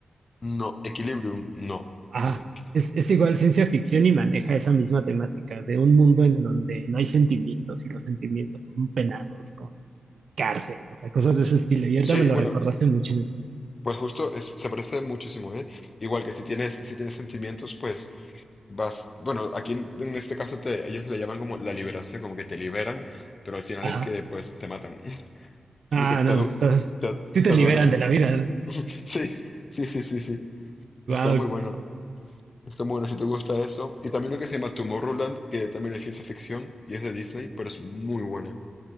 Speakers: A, on the left; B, on the right.
A: No, Equilibrium, no.
B: Ajá,
A: Eh, que-
B: es, es igual ciencia ficción y maneja esa misma temática de un mundo en donde no hay sentimientos y los sentimientos son penados con cárcel, o sea, cosas de ese estilo. Y ahorita
A: sí,
B: me lo
A: bueno,
B: recordaste muchísimo.
A: pues justo es- se parece muchísimo, ¿eh? Igual que si tienes, si tienes sentimientos, pues... Vas, bueno, aquí en en este caso te, ellos le llaman como la liberación, como que te liberan, pero al final
B: Ajá,
A: es que pues te matan, <laughs> Sí,
B: ah,
A: que te,
B: no,
A: du-
B: estás-
A: te,
B: sí te
A: te
B: liberan
A: duermen.
B: de la vida, ¿no?
A: <laughs> Sí, sí, sí, sí, sí. Está
B: Wow.
A: muy bueno. Está muy bueno si te gusta eso. Y también lo que se llama Tomorrowland, que también es ciencia ficción y es de Disney, pero es muy buena,